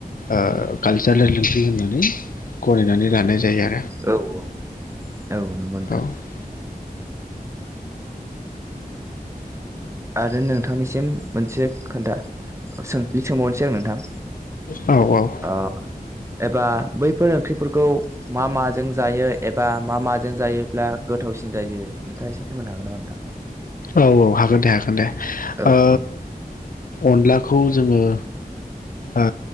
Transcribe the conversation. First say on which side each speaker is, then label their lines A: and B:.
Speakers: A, on the left; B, on the right.
A: ओ कालसारेल ओंख्रि होननानै गनायनानै लानाय जायो आरो।
B: औ-औ औ नंगौ नोंथां।
A: औ
B: आरो नोंथांनिसिम मोनसे खोन्था सों सोंबावनोसै आं नोंथां।
A: औ-औ
B: ओ एबा बैफोर ओंख्रिफोरखौ मा माजों जायो एबा मा माजों जायोब्ला गोथावसिन जायो नोंथाङा एसे फोरमायनो हागोन नामा नोंथां।
A: औ-औ हागोन दे हागोन दे
B: औ
A: ओ
B: औ
A: अनलाखौ जोङो ओ